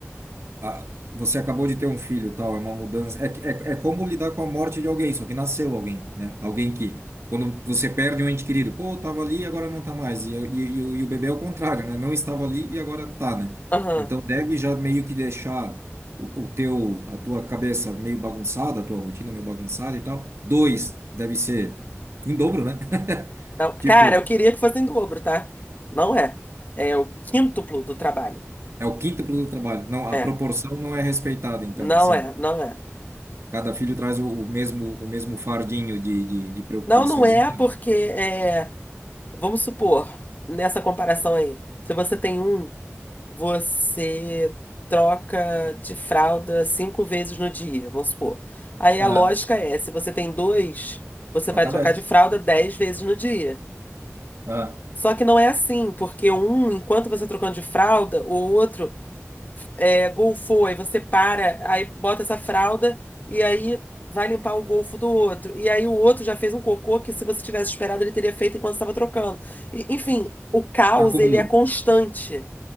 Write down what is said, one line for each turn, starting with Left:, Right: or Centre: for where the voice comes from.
Right: Ah, você acabou de ter um filho, tal, é uma mudança. É, que- é, é como lidar com a morte de alguém, só que nasceu alguém, né? Alguém que, quando você perde um ente querido, pô, tava ali e agora não tá mais. E, e, e, o e o bebê é o contrário, né? Não estava ali e agora tá, né?
Left: Aham.
Right: Então deve já meio que deixar o, o teu, a tua cabeça meio bagunçada, a tua rotina meio bagunçada e tal. Dois, deve ser em dobro, né? <laughs>
Left: Não,
Right: Tipo,
Left: Cara, eu queria que fosse em dobro, tá? Não é. É o quíntuplo do trabalho.
Right: É o quíntuplo do trabalho. Não, a
Left: É.
Right: proporção não é respeitada, então,
Left: Não
Right: assim.
Left: é, não é.
Right: Cada filho traz o, o mesmo o mesmo fardinho de, de, de preocupações,
Left: Não, não é
Right: então.
Left: porque é, vamos supor, nessa comparação aí, se você tem um você troca de fralda cinco vezes no dia, vamos supor. Aí
Right: Aham,
Left: a lógica é, se você tem dois, você
Right: Troca
Left: vai trocar
Right: dessa.
Left: de fralda dez vezes no dia.
Right: aham.
Left: Só que não é assim, porque um, enquanto você trocando de fralda, o outro é, golfou, aí você para, aí bota essa fralda e aí vai limpar o golfo do outro. E aí o outro já fez um cocô que se você tivesse esperado ele teria feito enquanto estava trocando. E, enfim, o caos
Right: Acumula.
Left: ele é constante.